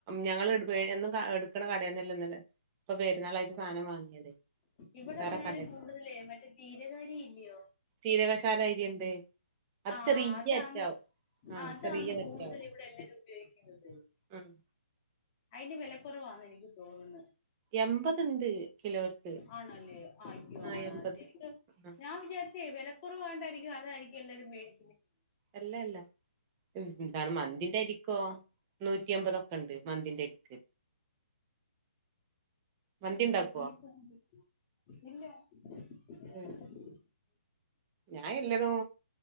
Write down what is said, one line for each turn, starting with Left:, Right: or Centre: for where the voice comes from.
Right: ഞങ്ങള്ട് വെ എന്നും കാ എടുക്കണ കടന്നല്ല ഇന്നലെ ഇപ്പൊ പെരുന്നാളായിട്ട് സാനം വാങ്ങിയതേ
Left: ഇവടെ
Right: വേറെ
Left: എല്ലാരും
Right: കടേന്ന്
Left: കൂടുതലെ മറ്റേ ജീരക അരി ഇല്ലിയോ
Right: ജീരകശാല അരിണ്ട് അത്
Left: ആഹ്
Right: ചെറിയ
Left: അതാന്ന്
Right: അറ്റാവും ആഹ്
Left: അതാണ്
Right: ചെറിയ വറ്റാവും
Left: കൂടുതൽ ഇവിടെ എല്ലരും ഉപയോഗിക് <unintelligible>
Right: ആഹ്
Left: അതിന്റെ വിലക്കുറവാാണ് എനിക്ക് തോന്നുന്നു
Right: എൺപത്ണ്ട് കിലോക്ക്
Left: ആണല്ലേ ആയ്യോ
Right: ആഹ്
Left: ആണല്ലേക്
Right: എൺപത് ആഹ്
Left: ഞാൻ വിചാരിച്ചേ വിലക്കുറവ്ണ്ടായിരിക്കും അതായിരിക്കും എല്ലാരരും മേടി
Right: അല്ല അല്ല എന്താണ് മന്തിന്റെ ആരിക്കോ നൂറ്റി അമ്പതോ ണ്ട് മന്തിന്റെ <unintelligible>
Left: <unintelligible>
Right: മന്തി ഉണ്ടാക്കുവോ ഉം. ഞാൻ എല്ലതും